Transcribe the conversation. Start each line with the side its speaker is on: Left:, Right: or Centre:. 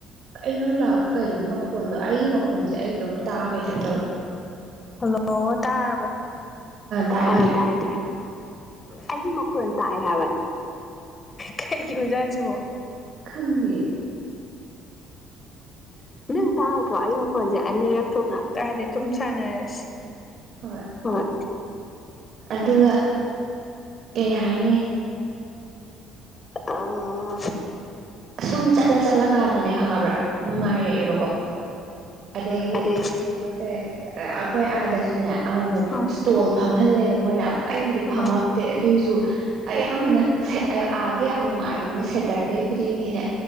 Right: ꯑꯩ ꯅꯪ ꯂꯥꯛꯑꯣ ꯀꯩꯅꯣ ꯃꯈꯣꯟꯗꯣ ꯑꯩꯒꯤ ꯃꯈꯣꯟꯁꯦ ꯑꯩꯗꯣ ꯑꯃꯛ ꯇꯥꯕꯩꯇꯕ
Left: ꯍꯜꯂꯣ ꯇꯥꯔꯕꯣ
Right: ꯇꯥꯔꯦ
Left: ꯑꯥ
Right: ꯇꯥꯔꯦ
Left: ꯇꯥꯏꯌꯦ ꯇꯥꯏꯌꯦ ꯑꯩꯒꯤ ꯃꯈꯣꯟ ꯇꯥꯛꯑꯦ ꯍꯥꯏꯕ ꯀꯩꯒꯤ ꯑꯣꯏꯖꯠꯅꯣ ꯁꯤꯕꯣ
Right: ꯈꯪꯉꯦ
Left: ꯅꯪ ꯇꯥꯗ꯭ꯔꯣ ꯑꯩ ꯃꯈꯣꯟꯁꯦ ꯑꯅꯤꯔꯛ ꯊꯣꯛꯅ ꯇꯗꯦ ꯑꯗꯨꯝ ꯁꯥꯟꯅꯔꯁꯤ
Right: ꯍꯣꯏ
Left: ꯍꯣꯏ
Right: ꯑꯗꯨꯒ ꯀꯩ ꯍꯥꯏꯅꯤ
Left: ꯑꯥ
Right: ꯁꯨꯝ ꯆꯠꯂ ꯆꯠꯂ ꯀꯥꯟꯗꯅꯦ ꯈꯪꯉꯕ꯭ꯔꯥ ꯅꯨꯡꯉꯥꯏꯔꯛꯑꯦꯕꯀꯣ ꯑꯗꯒꯤ
Left: ꯑꯗꯩ
Right: ꯂꯦ ꯑꯩꯈꯣꯏ ꯑꯥꯗꯁꯨꯅꯦ ꯑꯃꯨꯛꯃꯨꯛ
Left: ꯑꯥ
Right: ꯏꯁꯇꯣꯜ ꯐꯝꯍꯜꯂꯦꯕ ꯃꯣꯏꯅ ꯑꯩꯕꯨꯗꯤ ꯐꯝꯃꯛꯇꯦ
Left: ꯑꯥ
Right: ꯑꯗꯨꯑꯣꯏꯁꯨ ꯑꯌꯥꯝꯕꯅ ꯑꯥꯒꯤ ꯌꯥꯝ ꯅꯨꯡꯉꯥꯏꯕ ꯑꯃꯅꯦ ꯁꯦꯇꯔꯗꯦ ꯈꯨꯗꯤꯡꯒꯤꯅꯦ